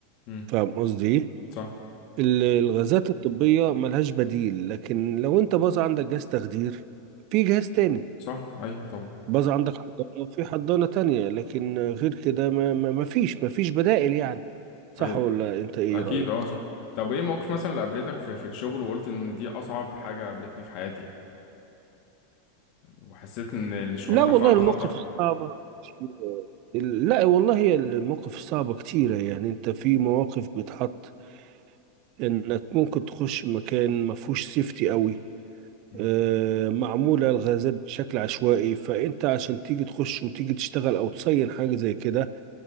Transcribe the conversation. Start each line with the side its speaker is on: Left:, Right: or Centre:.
Left: امم
Right: فاهم قصدي ايه
Left: صح
Right: ال- الغازات الطبية ملهاش بديل لكن لو انت باظ عندك جهاز تخدير في جهاز تاني
Left: صح أيوه طبعا
Right: باظ عندك حضانة وفي حضانة تانية لكن غير كده ما, ما, ما فيش ما فيش بدائل يعني صح
Left: أيوه
Right: ولا انت ايه
Left: أكيد
Right: رأيك؟
Left: أه صح طب ايه موقف مثلا اللي قابلتك في في الشغل وقلت ان دي أصعب حاجة قابلتني في حياتي وحسيت ان الشغلانة
Right: لا والله
Left: فعلا
Right: المواقف
Left: خطر
Right: الصعبة كتير. لا والله هي المواقف الصعبة كتيرة يعني انت في مواقف بتحط انك ممكن تخش مكان ما فيهوش سيفتي قوي
Left: مم.
Right: آه، معمولة الغازات بشكل عشوائي فانت عشان تيجي تخش وتيجي تشتغل او تصين حاجة زي كده